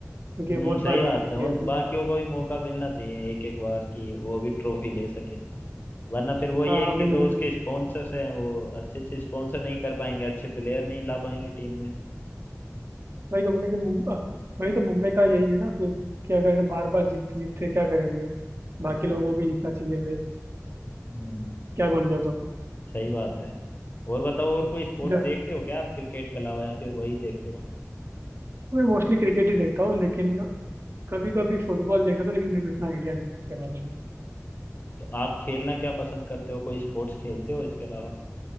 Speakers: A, on the right (about 50°); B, on the left (about 35°).
A: क्योंकि
B: हम्म
A: ये बहुत
B: सही
A: बार
B: बात
A: जीत
B: है
A: लिया
B: उन
A: अभी
B: बाकियों को भी मौका मिलना चाहिए एक एक बार की वो भी ट्रॉफी ले सके वरना फिर वो ये
A: हाँ
B: है
A: अभी
B: कि
A: मुंबई
B: जो उसके स्पॉन्सर्स हैं वो अच्छे से स्पॉन्सर नहीं कर पाएंगे अच्छे प्लेयर नहीं ला पाएंगे टीम में
A: वही तो बोले कि मुंब- अ, वही तो मुंबई का यही है ना फिर कि अगर बार बार जीत जीतते क्या करेंगे बाकी लोगों को भी जीतना चाहिए फिर
B: हम्म,
A: क्या बोल रहे हो तुम
B: सही बात है और बताओ और कोई स्पोर्ट्स
A: ज-
B: देखते हो क्या आप क्रिकेट के अलावा या फिर वही देखते हो
A: मैं मोस्टली क्रिकेट ही देखता हूँ लेकिन कभी कभी फुटबॉल देखता था लेकिन मेरे को इतना आइडिया नहीं है इसके बारे में
B: तो आप खेलना क्या पसंद करते हो कोई स्पोर्ट्स खेलते हो इसके अलावा